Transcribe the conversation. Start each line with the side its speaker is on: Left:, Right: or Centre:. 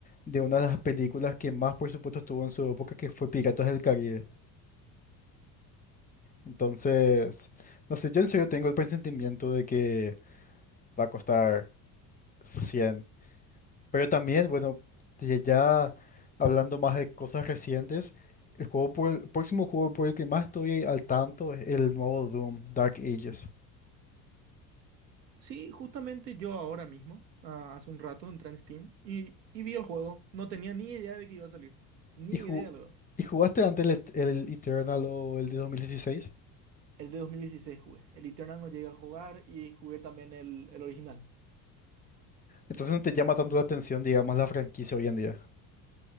Left: de una de las películas que más presupuesto tuvo en su época, que fue Piratas del Caribe. Entonces, no sé, yo en serio tengo el presentimiento de que va a costar cien Pero también, bueno, de ya hablando más de cosas recientes, el juego por el próximo juego por el que más estoy al tanto es el nuevo Doom, Dark Ages.
Right: Sí, justamente yo ahora mismo, ah, hace un rato, entré en Steam y, y vi el juego. No tenía ni idea de que iba a salir. Ni
Left: ¿Y, ju-
Right: idea, luego.
Left: y jugaste antes el, Et- el Eternal o el de 2016?
Right: El de 2016 jugué. El Eternal no llegué a jugar y jugué también el, el original.
Left: Entonces no te llama tanto la atención, digamos, la franquicia hoy en día.